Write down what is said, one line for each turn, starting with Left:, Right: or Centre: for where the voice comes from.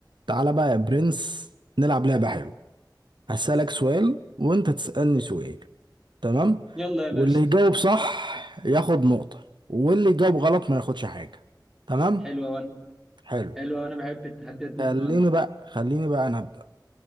Right: تعالى بقى يا برنس نلعب لعبة حلوة هسألك سؤال وانت تسألني سؤال تمام
Centre: يلا يا باشا
Right: واللي يجاوب صح ياخد نقطة واللي يجاوب غلط ما ياخدش حاجة تمام
Centre: حلوة وانا
Right: حلو
Centre: حلوة وانا بحب التحديات من
Right: خليني
Centre: النوع ده
Right: بقى خليني بقى انا أبدأ